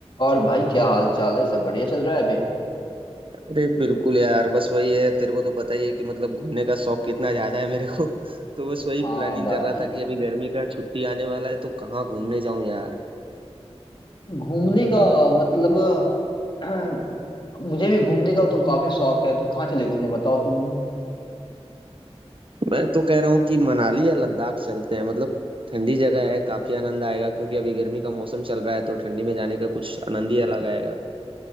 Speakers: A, on the left; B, on the right.
A: और भाई क्या हाल चाल है सब बढ़िया चल रहा है अभी
B: अरे बिल्कुल यार बस वही है तेरे को तो पता ही है कि मतलब घूमने का शौक कितना ज्यादा है मेरे को <laughs> तो बस वही
A: हाँ
B: प्लानिंग
A: भाई
B: कर रहा था कि अभी गर्मी का छुट्टी आने वाला है तो कहाँ घूमने जाऊं यार
A: घूमने का मतलब <clears throat> मुझे भी घूमने का तो काफी शौक है तो कहाँ चले घूमने बताओ तुम
B: मैं तो कह रहा हूँ कि मनाली या लद्दाख चलते हैं मतलब ठंडी जगह है काफी आनंद आएगा क्योंकि अभी गर्मी का मौसम चल रहा है तो ठंडी में जाने का कुछ आनंद ही अलग आएगा